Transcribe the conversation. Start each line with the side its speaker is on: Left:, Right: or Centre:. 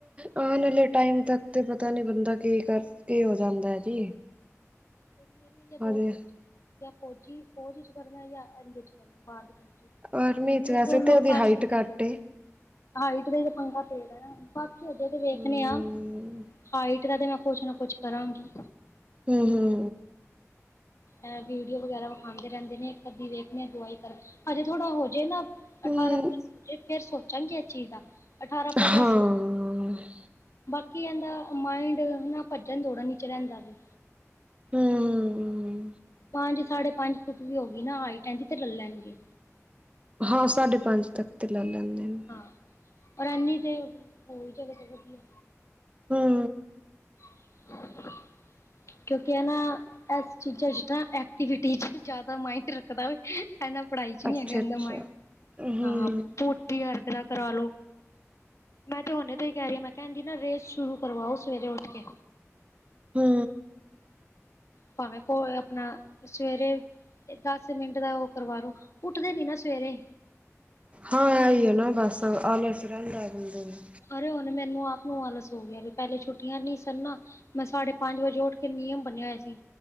Right: ਆਨ ਨਾਲੇ ਟਾਈਮ ਤੱਕ ਤਾਂ ਪਤਾ ਨਹੀਂ ਬੰਦਾ ਕੀ ਕਰਕੇ ਹੋ ਜਾਂਦਾ ਹੈ ਜੀ
Left: ਮੇਰੀਆ ਇ ਦੋ
Right: ਹਜੇ
Left: ਸੋਚਾਂ ਜਾਂ ਫੌਜੀ ਫੌਜ ਚ ਕਰਨਾ ਜਾਂ ਐ ਚਨਾ ਬਾਹਰ ਦੀ ਕੰ
Right: ਆਰਮੀ
Left: ਹੁਣ ਏਹ
Right: ਚ ਵੈਸੇ
Left: ਦੋਨੋ
Right: ਤੇ ਉਹਦੀ
Left: ਫਸ
Right: ਹਾਈਟ
Left: ਗਏ
Right: ਘੱਟ ਏ
Left: ਹਾਈਟ ਦਾ ਤੇ ਪੰਗਾਾ ਪੇ ਗਾ ਬਾਕੀ ਅਜੇ ਤੇ ਵੇਖਣੇ
Right: ਹਮ
Left: ਆ ਹਾਈਟ ਦਾ ਤੇ ਮੈਂ ਕੁਛ ਨਾ ਕੁਛ ਕਰਾਂਗੀ
Right: ਹਮ ਹਮ
Left: ਐ ਵੀਡੀਓ ਵਗੈਰਾ ਵਿਖਾਂਦੇ ਰਹਿੰਦੇ ਨੇ ਇੱਕ ਅੱਧੀ ਵੇਖਦੇ ਦਵਾਈ ਕਰ ਹਜੇ ਥੋੜਾ ਹੋ ਜਾੇ ਨਾ
Right: ਹਮ
Left: ਅਠਾਰਾਂ ਪਲੱਸੇ
Right: ਹਮ
Left: ਹੋਜੇ ਫਿਰ ਸੋਚਾਂਗੇ ਇਸ ਚੀਜ਼ ਦਾ ਅਠਾਰਾਂ
Right: ਹਾਂ
Left: ਪੱਸ ਬਾਕੀ ਇਹਦਾ ਮਾਇੰਡ ਹਨਾ ਭੱਜਣ ਦੌੜਨ ਚ ਰਹਿੰਦਾ ਵੀ
Right: ਹਮ ਹਮਮ
Left: ਪੰਜ ਸਾਢੇ ਪੰਜ ਫੁੱਟ ਵੀ ਹੋ ਗਈ ਨਾ ਹਾਈਟ ਇਦੀ ਤੇ ਲੈ ਲੈਣਗੇ
Right: ਹਾਂ ਸਾਢੇ ਪੰਜ ਤੱਕ ਤੇ ਲਾ ਲੈਂਦੇ ਨੇ।
Left: ਹਾਂ, ਔਰ ਐਨੀ ਤੇ ਹੋਰ ਜ੍ਹਗਾ ਤੇ ਵਧੀਆ
Right: ਹੂੰ
Left: <unintelligible> ਕਿਉਂਕਿ ਐ ਨਾ, ਇਸ ਚੀਜ਼ਾਂ 'ਚ ਨਾ ਐਕਟੀਵਿਟੀ ਚ ਨਾ ਜ਼ਿਆਦਾ ਮਾਈੰਡ ਰੱਖਦਾ- ਇਨਾ ਪੜ੍ਹਾਈ 'ਚ ਨੀ
Right: ਅੱਛਾ
Left: ਹੈਗਾ
Right: ਅੱਛਾ
Left: ਏਦਾ ਮਾਇੰਡ,
Right: ਹਮ
Left: ਹਾਂ ਪੂਟੀ ਹਰਕ ਦਾ ਕਰਾ ਲੋ। ਮੈਂ ਤੇ ਹੁਨੇ ਤੋਂ ਹੀ ਕਹਿ ਰਹੀ ਆ ਮੈਂ ਕਿਹਾ ਇੰਦੀ ਨਾ ਰੇਸ ਸ਼ੁਰੂ ਕਰਵਾਓ ਸਵੇਰੇ ਉੱਠ ਕੇ।
Right: ਹੂੰ
Left: ਭਾਵੇਂ ਕੋ ਆਪਣਾ, ਸਵੇਰੇ ਦਸ ਮਿੰਟ ਦਾ ਉਹ ਕਰਵਾ ਲੋ, ਉੱਠਦੇ ਨੀ ਨਾ ਸਵੇਰੇ।
Right: ਹਾਂ ਇਹ ਹੀ ਆ ਨਾ ਬਸ ਆਲਸ ਰਹਿੰਦਾ ਏ ਬੰਦੇ ਨੂੰ।
Left: ਅਰੇ ਹੁਣ ਮੈਨੂੰ ਆਪ ਨੂੰ ਆਾਲਸ ਹੋ ਗਿਆ ਵੀ ਪਹਿਲੇ ਛੁੱਟੀਆਂ ਨਹੀਂ ਸਨ ਨਾ- ਮੈਂ ਸਾਢੇ ਪੰਜ ਵਜੇ ਉੱਠ ਕੇ ਨਿਯਮ ਬਨਿਆ ਹੋਇਆ ਸੀ।